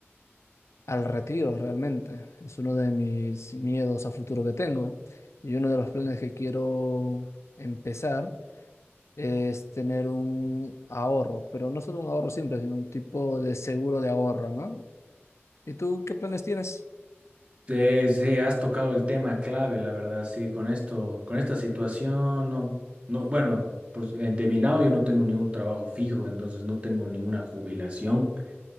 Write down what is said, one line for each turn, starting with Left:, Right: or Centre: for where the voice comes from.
Left: al retiro realmente. Es uno de mis miedos a futuro que tengo. Y uno de los planes que quiero empezar es tener un ahorro, pero no solo un ahorro simple, sino un tipo de seguro de ahorro, ¿no? ¿Y tú qué planes tienes?
Right: Sí, sí, has tocado el tema clave, la verdad, sí, con esto, con esta situación, no, no, bueno, pues, eh, de mi lado yo no tengo ningún trabajo fijo, entonces no tengo ninguna jubilación.